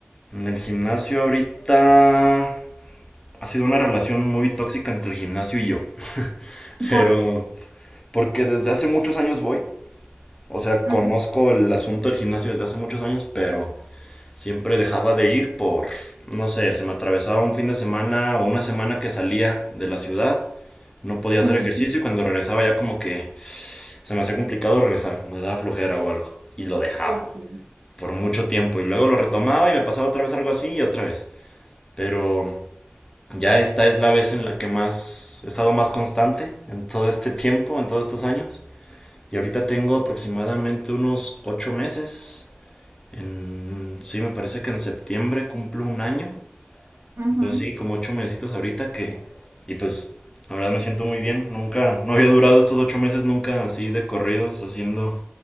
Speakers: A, on the left; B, on the right.
A: En el gimnasio ahorita ha sido una relación muy tóxica entre el gimnasio y yo. Pero
B: Por...
A: porque desde hace muchos años voy, o sea,
B: ujú,
A: conozco el asunto del gimnasio desde hace muchos años, pero siempre dejaba de ir por, no sé, se me atravesaba un fin de semana o una semana que salía de la ciudad, no podía
B: ujú,
A: hacer ejercicio y cuando regresaba ya como que se me hacía complicado regresar, me daba flojera o algo y lo dejaba
B: Ok.
A: por mucho tiempo y luego lo retomaba y me pasaba otra vez algo así y otra vez. Pero Ya esta es la vez en la que más he estado más constante en todo este tiempo, en todos estos años. Y ahorita tengo aproximadamente unos ocho meses. En, sí, me parece que en septiembre cumplo un año.
B: ujú,
A: Entonces sí, como ocho mesecitos ahorita que... Y pues la verdad me siento muy bien. Nunca, no había durado estos ocho meses nunca así de corridos haciendo